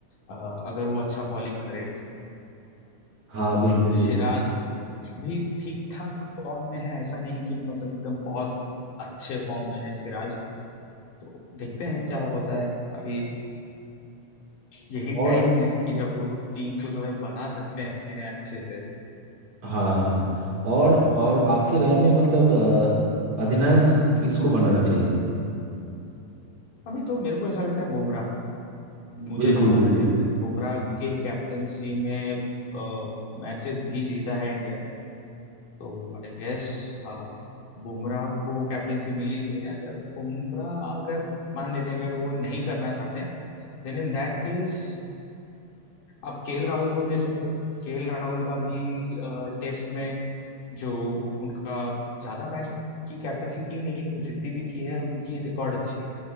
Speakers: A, on the left; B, on the right.
A: अ, अगर वो अच्छा बॉलिंग करे
B: हाँ
A: तो
B: बिल्कुल
A: अ,
B: बिल्कुल
A: सिराज भी ठीक ठाक फॉर्म में है ऐसा नहीं कि मतलब एकदम बहुत अच्छे फॉर्म में है सिराज तो देखते हैं क्या होता है अभी यही
B: और
A: टाइम है कि जब वो लोग टीम को जो है बना सकते हैं अच्छे से
B: हाँ हाँ और और आपकी राय में मतलब अ, अधिनायक किसको बनाना चाहिए
A: अभी तो मेरे को ऐसा लगता है बुमराह मुझे
B: बिल्कुल
A: जहां
B: बिल्कुल
A: तक लगता है बुमराह हम्म के कैप्टनसी में मैचेस भी जीता है इंडिया ने तो आई गेस हाँ बुमराह को कैप्टनसी मिलनी चाहिए अगर बुमराह अगर मान लेते हैं कि अगर वो नहीं करना चाहते हैं देन इन दैट केस आप केएल राहुल को दे सकते हो केएल राहुल का भी टेस्ट में जो उनका ज्यादा मैच की कैप्टनसी की नहीं है तो जितनी भी की है उनकी रिकॉर्ड अच्छी है